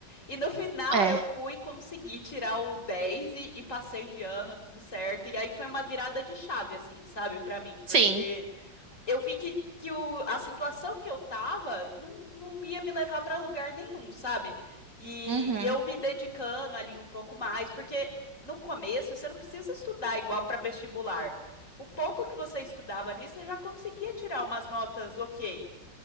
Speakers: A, on the left; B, on the right.
A: E no final
B: É.
A: eu fui conseguir tirar o 10 e, e passei de ano, tudo certo. E aí foi uma virada de chave, assim, sabe, pra mim, porque
B: Sim.
A: eu vi que, que o, a situação que eu tava não, não ia me levar para lugar nenhum, sabe? E,
B: Uhum.
A: e eu me dedicando ali um pouco mais, porque no começo você não precisa estudar igual para vestibular. O pouco que você estudava ali, você já conseguia tirar umas notas ok.